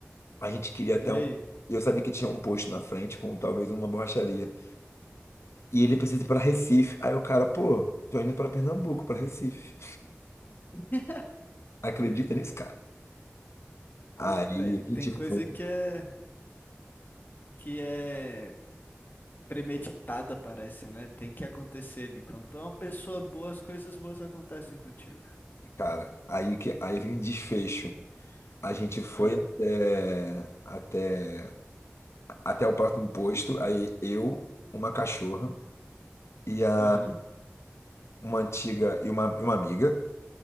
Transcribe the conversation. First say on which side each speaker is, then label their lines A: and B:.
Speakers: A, on the left (about 75°); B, on the left (about 45°).
A: A gente queria até
B: E
A: um.
B: aí?
A: Eu sabia que tinha um posto na frente com talvez uma borracharia. E ele precisa ir pra Recife. Aí o cara, pô, tô indo pra Pernambuco, pra Recife.
B: <laughs>
A: Acredita nisso, cara? Aí
B: Ô, Véi, tem
A: a gente
B: coisa
A: foi,
B: que é que é premeditada, parece, né? Tem que acontecer ali. Quando tu é uma pessoa boa, as coisas boas acontecem contigo.
A: cara. Aí que aí vem o desfecho. A gente foi
B: É.
A: até até até o próximo posto. Aí eu, uma cachorra e a
B: Aham.
A: uma antiga e uma, e uma amiga